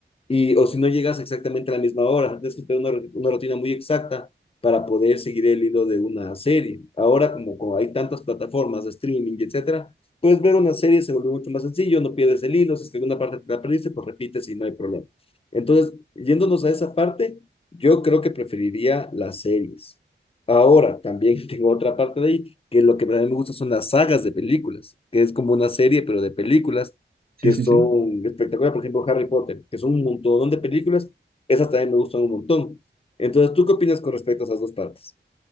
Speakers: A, on the left (about 30°); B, on the right (about 50°).
A: Y, o si no llegas exactamente a la misma hora, tienes que tener una, una rutina muy exacta para poder seguir el hilo de una serie. Ahora, como, como hay tantas plataformas de streaming, etcétera, puedes ver una serie, se vuelve mucho más sencillo, no pierdes el hilo, si es que alguna parte te la perdiste, pues repites y no hay problema. Entonces, yéndonos a esa parte, yo creo que preferiría las series. Ahora, también <laughs> tengo otra parte de ahí, que lo que a mí me gusta son las sagas de películas, que es como una serie, pero de películas
B: Sí,
A: que
B: sí,
A: son
B: sí.
A: espectaculares. Por ejemplo, Harry Potter, que son un montón de películas, esas también me gustan un montón. Entonces, ¿tú qué opinas con respecto a esas dos partes?